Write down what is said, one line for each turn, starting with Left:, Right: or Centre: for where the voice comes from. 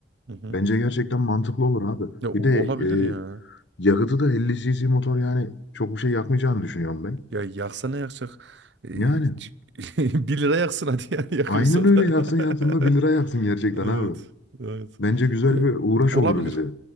Right: Hı hı.
Left: Bence gerçekten mantıklı olur abi.
Right: Ya, o-
Left: Bir de
Right: olabilir ya.
Left: e, yakıtı da 50 cc motor yani çok bir şey yakmayacağını düşünüyorum ben.
Right: Ya yaksa ne yakacak? Ee,
Left: Yani
Right: c- <laughs> bir lira yaksın hadi yani yakıyorsa
Left: aynen öyle
Right: da.
Left: yaksın
Right: <laughs>
Left: yaksın da 1 lira yaksın gerçekten
Right: Evet.
Left: abi.
Right: Evet.
Left: Bence güzel
Right: Ee,
Left: bir uğraş
Right: olabilir.
Left: olur bize.